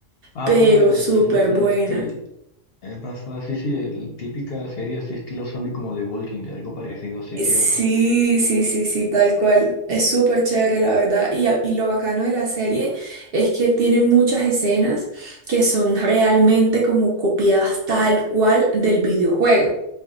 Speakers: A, on the left; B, on the right.
A: Ah,
B: Pero
A: el
B: súper
A: estilo, el
B: buena.
A: estilo. Es basada, sí, sí, el, típica serie así estilo zombie como The Walking Dead, algo parecido, sí,
B: Sí,
A: cierto.
B: sí, sí, sí, tal cual. Es súper chévere, la verdad. Y, a- y lo bacano de la serie es que tiene muchas escenas que son realmente como copiadas tal cual del videojuego.